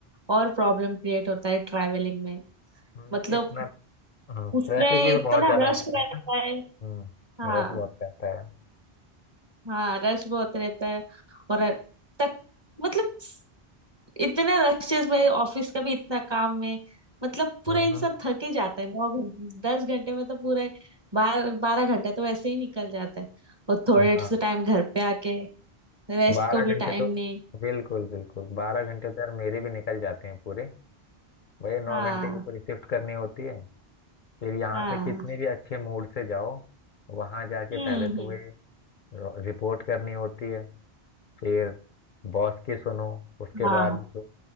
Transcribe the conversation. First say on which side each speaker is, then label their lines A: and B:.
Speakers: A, on the right; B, on the left.
A: और प्रॉब्लम क्रिएट होता है ट्रैवलिंग में
B: हम्म,
A: मतलब
B: तो इतना ट्रैफिक
A: उसमें
B: भी
A: इतना
B: तो बहुत ज्यादा
A: रश
B: मिलता
A: रहता
B: है ना
A: है
B: हम्म
A: हाँ
B: रश बहुत रहता है
A: हाँ रश बहुत रहता है और तक मतलब इतने रशेस में ऑफिस का भी इतना काम में मतलब पूरा
B: हम्म
A: इंसान थक ही जाता है नौ घंटे दस घंटे में तो पूरा बारह बारह घंटा तो वैसे ही निकल जाता है और थोड़े
B: हाँ
A: से टाइम घर पे आके रेस्ट
B: बारह
A: को भी
B: घंटे
A: टाइम
B: तो
A: नहीं
B: बिल्कुल बिल्कुल बारह घंटे तो यार मेरे भी निकल जाते हैं पूरे भैया नौ
A: हाँ
B: घंटे की पूरी शिफ्ट करनी होती है फिर यहाँ
A: हाँ
B: से कितने भी अच्छे मूड से जाओ वहाँ जाके
A: हम्म
B: पहले तो
A: हम्म
B: वही रिपोर्ट करनी होती है फिर बॉस की सुनो उसके
A: हाँ
B: बाद जो